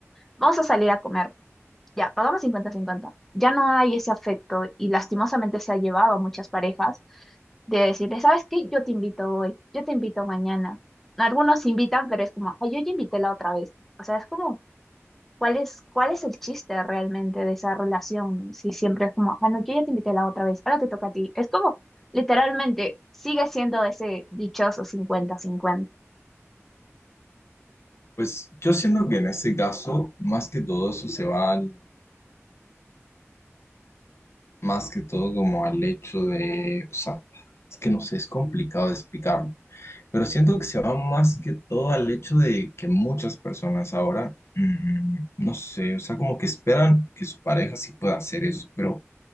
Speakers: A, in the centre; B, on the left (about 60°).
A: vamos a salir a comer ya, pagamos cincuenta cincuenta Ya no hay ese afecto y lastimosamente se ha llevado a muchas parejas de decirle, ¿sabes qué? Yo te invito hoy, yo te invito mañana. Algunos invitan, pero es como, ay, yo ya invité la otra vez. O sea, es como, ¿cuál es, cuál es el chiste realmente de esa relación? Si siempre es como, ah, no, yo ya te invité la otra vez, ahora te toca a ti. Es como, literalmente, sigue siendo ese dichoso cincuenta cincuenta
B: Pues yo siento que en este caso, más que todo eso se va al- más que todo como al hecho de, o sea, es que no sé, es complicado de explicarlo, pero siento que se va más que todo al hecho de que muchas personas ahora, mm, no sé, o sea, como que esperan que su pareja sí pueda hacer eso, pero